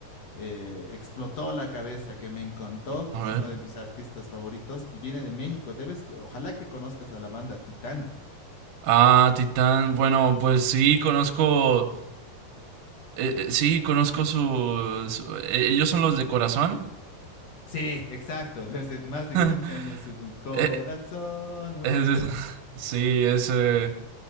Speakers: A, on the left; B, on the right.
A: eh, explotó la cabeza, que me encantó, que
B: A
A: es
B: ver.
A: uno de mis artistas favoritos, que viene de México. Debes, ojalá que conozcas a la banda Titán.
B: Ah, Titán. Bueno, pues sí, conozco. eh, eh, sí, conozco su, su- eh, ellos son los de corazón.
A: Sí, exacto. Desde más de
B: <laughs>
A: 15 años su corazón.
B: Eh,
A: Muy
B: es-
A: buen tema.
B: <laughs> sí, es. eh,